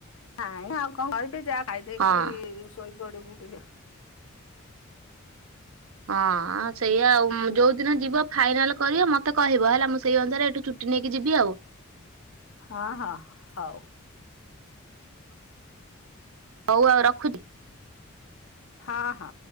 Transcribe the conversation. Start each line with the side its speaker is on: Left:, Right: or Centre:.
Left: ନାଇଁ ଆଉ କଣ କରିବି ଯା ଖାଇଦେଇକି
Right: ହଁ
Left: ଶୋଇ ସୋଇ ପଡିବୁ ଟିକେ
Right: ହଁ ସେଇଆା ଆଉ ଯୋଉ ଦିନ ଯିବ ଫାଇନାଲ କରିବ ମତେ କହିବ ହେଲା ମୁଁ ସେଇ ଅନୁସାରେ ଏଠୁ ଚୁଟି ନେଇକି ଯିବି ଆଉ।
Left: ହଁ ହଁ ହଉ।
Right: ହଉ ଆଉ ରଖୁଛି।
Left: ହଁ ହଁ